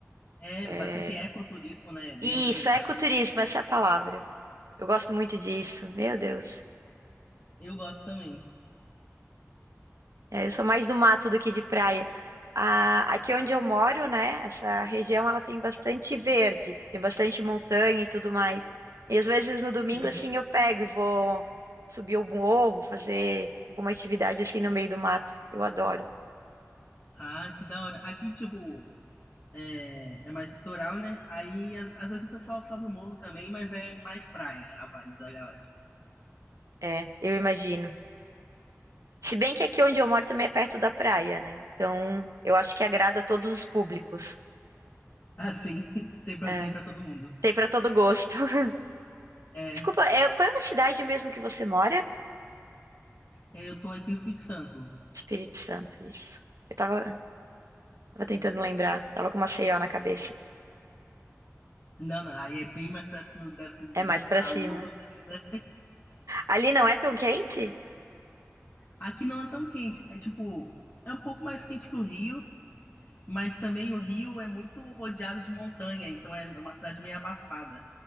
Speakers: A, on the left; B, on the right.
A: É
B: É...
A: bastante ecoturismo, né? Bem
B: Isso,
A: organizado.
B: ecoturismo, essa é a palavra. Eu gosto muito disso, meu Deus.
A: Eu gosto também.
B: É, eu sou mais do mato do que de praia. A- aqui onde eu moro, né, essa região ela tem bastante verde, tem bastante montanha e tudo mais. E às vezes no domingo
A: Uhum.
B: assim eu pego e vou subir o morro, fazer alguma atividade assim no meio do mato. Eu adoro.
A: Ah, que da hora. Aqui, tipo, é, é mais litoral, né? Aí, às, às vezes o pessoal sobe o morro também, mas é mais praia a vibe da galera.
B: É, eu imagino. Se bem que aqui onde eu moro também é perto da praia, né? Então, eu acho que agrada a todos os públicos.
A: Assim, <laughs> tem pra,
B: É,
A: tem pra todo mundo.
B: tem para todo gosto. <laughs>
A: É,
B: Desculpa, é, qual é a cidade mesmo que você mora?
A: é, eu tô aqui no Espírito Santo.
B: Espírito Santo, isso. Eu tava Tava tentando lembrar. Tava com uma Maceió na cabeça.
A: Não, não, aí é bem mais pra cima, desce um
B: É mais
A: calor,
B: pra cima.
A: menina.
B: Ali não é tão quente?
A: Aqui não é tão quente, é tipo, é um pouco mais quente que o Rio, mas também o Rio é muito rodeado de montanha, então é uma cidade meio abafada.